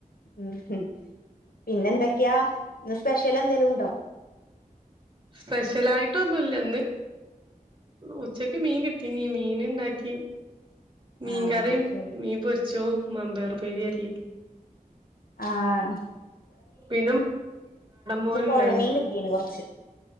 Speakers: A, on the left; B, on the right.
A: ഉം ഹം പിന്നെന്തൊക്കെയാ സ്പെഷ്യൽ എന്തേങ്കലും ഉണ്ടോ
B: സ്പെഷ്യലായിട്ടൊന്നുമല്ലന്ന് ഉച്ചക്ക് മീൻ കിട്ടീനീ മീൻ ഉണ്ടാക്കി മീ
A: ആഹ്
B: കറി
A: ശരി
B: മീ പച്ച ച്ചോ മാമ്പേർ പേരി
A: ആഹ
B: പിന്നെ മോര്ണ്ടായിനി
A: ഇ പുഴമീൻ കിട്ടിയാണ് കുറച്ച്